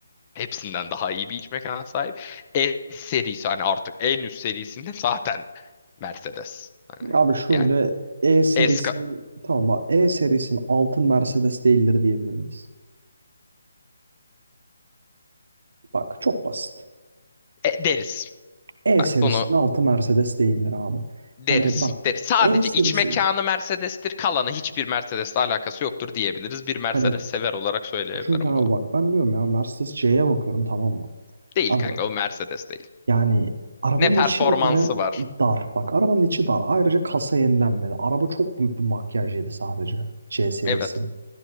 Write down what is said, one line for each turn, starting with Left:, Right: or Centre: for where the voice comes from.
Left: Hepsinden daha iyi bir iç mekana sahip. S serisi hani artık en üst serisinde zaten Mercedes.
Right: Abi şöyle
Left: Yani
Right: E serisi
Left: eska
Right: tamam bak E serisinin altın Mercedes değildir diyebilir miyiz? Bak çok basit.
Left: e, deriz.
Right: E
Left: Bak
Right: serisinin
Left: bunu
Right: altı Mercedes değildir abi.
Left: deriz.
Right: Hani bak
Left: Deriz. Sadece
Right: E serisinin
Left: iç mekanı Mercedes'tir. Kalanı hiçbir Mercedes'le alakası yoktur diyebiliriz. Bir Mercedes
Right: hani
Left: sever olarak söyleyebilirim
Right: çünkü abi
Left: bunu.
Right: bak ben diyorum ya Mercedes C'ye bakıyorum tamam mı?
Left: Değil
Right: Abi
Left: kanka o Mercedes değil.
Right: yani arabanın
Left: Ne performansı
Right: içi bir kere
Left: var.
Right: dar. Bak arabanın içi dar. Ayrıca kasa yenilenmedi. Araba çok büyük bir makyaj yedi sadece C serisi.
Left: Evet.